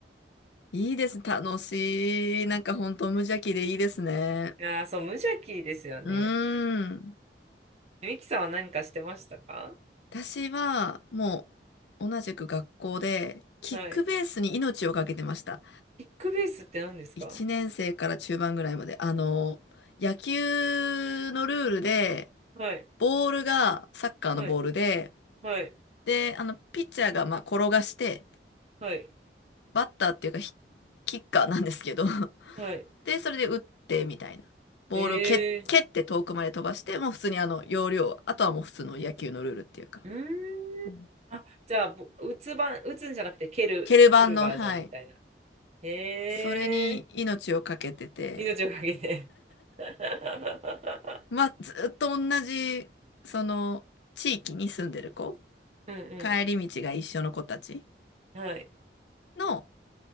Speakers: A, on the left; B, on the right.
A: いいです。楽しい。なんか本当無邪気でいいですね。
B: いやー、そう、無邪気ですよね。
A: うーん。
B: ミキさんは何かしてましたか
A: 私はもう同じく学校でキックベースに命をかけてました。
B: はい。キックベースって何ですか
A: 1年生から中盤ぐらいまで。あの、野球のルールで、
B: はい、
A: ボールがサッカーのボールで、
B: はい、はい、
A: で、あの、ピッチャーがまあ転がして、
B: はい、
A: バッターっていうかヒ、キッカーなんですけど <laughs>
B: はい。
A: で、それで打ってみたいな。ボールを蹴、
B: えー、
A: 蹴って遠くまで飛ばして、もう普通にあの、要領、あとはもう普通の野球のルールっていうか、
B: うーん。
A: うん
B: あ、じゃあ、ぼ打つ番、打つんじゃなくて蹴る、
A: 蹴る版の、
B: 蹴るバージョンみたいな。
A: はい、
B: へえ
A: それに命をかけてて、
B: ー、命をかけて。<laughs>
A: まあ、ずっと同じ、その、地域に住んでる子、
B: うん
A: 帰り道が一緒の子たち
B: うん。はい、
A: の、